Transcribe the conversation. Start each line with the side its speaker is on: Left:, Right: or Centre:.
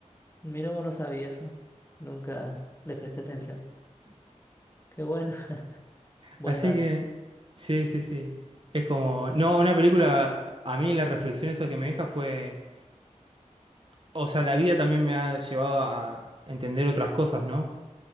Left: mira, vos no sabía eso. Nunca le presté atención. Qué bueno, <laughs> buen
Right: Así
Left: dato.
Right: que, sí, sí, sí. Es como, no, una película, a mí la reflexión esa que me deja fue... O sea, la vida también me ha llevado a entender otras cosas, ¿no?